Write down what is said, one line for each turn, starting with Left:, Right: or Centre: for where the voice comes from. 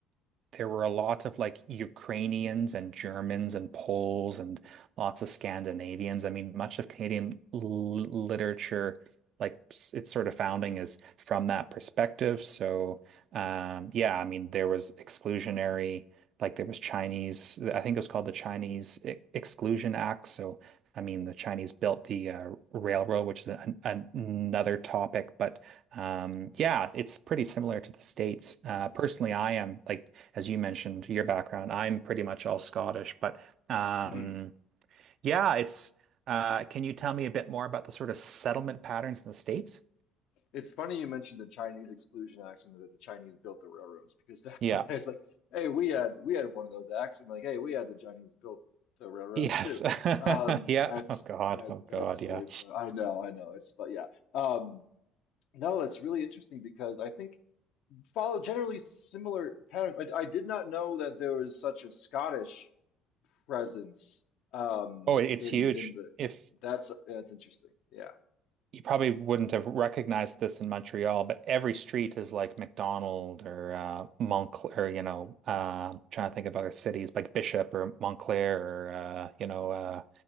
Right: there were a lot of like Ukrainians and Germans and Poles and lots of Scandinavians. I mean, much of Canadian l literature, like s- its sort of founding, is from that perspective. So, um, yeah, I mean, there was exclusionary, like there was Chinese, I think it was called the Chinese E- Exclusion Act. So, I mean, the Chinese built the uh, railroad, which is an, an- another topic, but um, yeah, it's pretty similar to the States. Uh, personally, I am like as you mentioned, your background. I'm pretty much all Scottish, but um,
Left: <laughs>
Right: yeah, it's. Uh, can you tell me a bit more about the sort of settlement patterns in the States?
Left: It's funny you mentioned the Chinese exclusion axiom that the Chinese built the railroads because that
Right: Yeah.
Left: <laughs> it's like, hey, we had we had one of those acts, and like, hey, we had the Chinese built the railroads
Right: Yes.
Left: too. Um,
Right: <laughs> Yeah.
Left: that's
Right: Oh God.
Left: that
Right: Oh
Left: that's
Right: God.
Left: really
Right: Yeah.
Left: fun. I know, I know. It's but yeah. Um, no, it's really interesting because I think follow generally similar patterns. I, I did not know that there was such a Scottish presence um
Right: Oh, it's
Left: in
Right: huge.
Left: in the
Right: If
Left: that's that's interesting. Yeah.
Right: you probably wouldn't have recognized this in Montreal, but every street is like McDonald or uh, Montclair, or, you know, uh, I'm trying to think of other cities like Bishop or Montclair or uh, you know uh,